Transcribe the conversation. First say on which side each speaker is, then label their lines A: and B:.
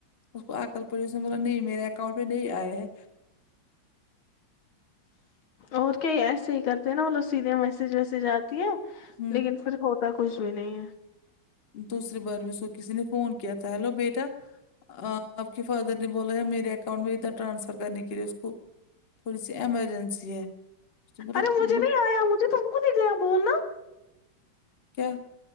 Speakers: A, on the left; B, on the left.
A: اس کو آ کر پہلے اس نے بولا نہیں میرے اکاؤنٹ میں نہیں آئے ہے
B: اور کیا یہ ایسے ہی کرتے ہیں نا انھو سیدھے میسج ویسیج آتی ہے
A: ہوں
B: لیکن پھر ہوتا کچھ بھی نہیں ہے
A: دوسری بار بھی اسکو کسی نے فون کیا تھا ہیلو بیٹا آں آپ کے فادر نے بولا ہے میرے اکاؤنٹ میں ادھر ٹرانسفر کرنے کے لیے اس کو تھوڑی سی ایمرجنسی ہے مطلب
B: ارے مجھے نہیں ایا مجھے تم کو نہیں گیا بولنا
A: کیا